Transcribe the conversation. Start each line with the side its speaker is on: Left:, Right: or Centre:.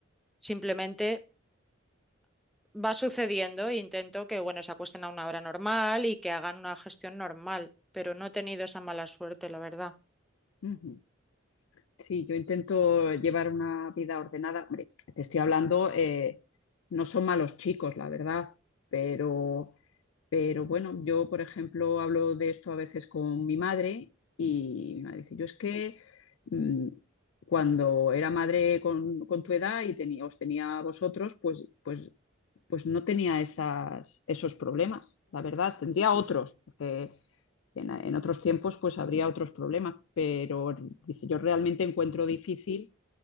Centre: Simplemente va sucediendo, e intento que, bueno, se acuesten a una hora normal y que hagan una gestión normal, pero no he tenido esa mala suerte, la verdad.
Left: Uh -huh. Sí, yo intento llevar una vida ordenada. Hombre, te estoy hablando, eh, no son malos chicos, la verdad, pero Pero bueno, yo, por ejemplo, hablo de esto a veces con mi madre y mi madre dice, yo es que mm, cuando era madre con, con tu edad y tenía, os tenía a vosotros, pues, pues, pues no tenía esas, esos problemas. La verdad, tendría otros, porque en, en otros tiempos pues habría otros problemas, pero dice, yo realmente encuentro difícil